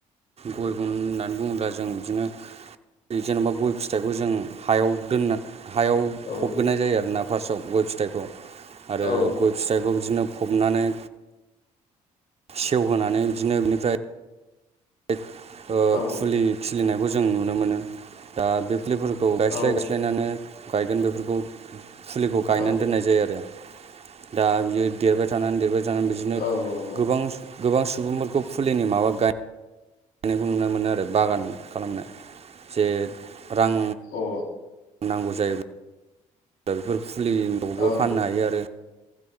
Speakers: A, on the right (about 40°); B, on the left (about 65°).
A: गय ग होननानै बुङोब्ला जों बिदिनो जेनेबा गय फिथाइखौ जों हायाव दोननानै हायाव
B: औ
A: फबग्रोनाय जायो आरोना फार्स्टआव गय फिथाइखौ आरो
B: औ
A: गय फिथाइखौ बिदिनो फबनानै सेवहोनानै बिदिनो बेनिफ्राय बे ओ
B: औ
A: फुलि खिलिनायखौ जों नुनो मोनो दा बे फुलिफोर खौ गायस्लाय
B: औ
A: गायस्लायनानै गायगोन बेफोरखौ फुलिखौ
B: औ
A: गायनानै
B: औ
A: दोननाय जायो आरो। दा बियो देरबाय थानानै देरबाय थानानै बिदिनो
B: औ
A: गोबां। गोबां सुबुंफोरखौ फुलिनि माबा गाय नायखौ नुनो मोनो आरो बागान खालामनो जे रां
B: अ
A: नांगौ जायो बेफोर फुलिआवबो
B: अ औ
A: फाननो हायो आरो